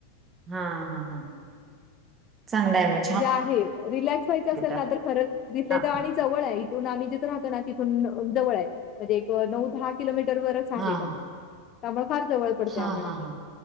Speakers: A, on the right; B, on the left.
A: हा हा हा हा. चांगला आहे मग.
B: जे आहे रिलॅक्स व्हायच असेल
A: तिथं.
B: ना तर खरं दिथले
A: हा
B: तर आणि जवळ आहे इथून आम्ही जिथं राहतो ना तिथून जवळ अ आहे. म्हणजे एक नऊ-दहा किलोमीटर वरच आहे
A: हा
B: दमण
A: हा
B: त्यामुळे त्यामुळे फार जवळ पडते
A: हा
B: आम्हाला
A: हा
B: हे.
A: हां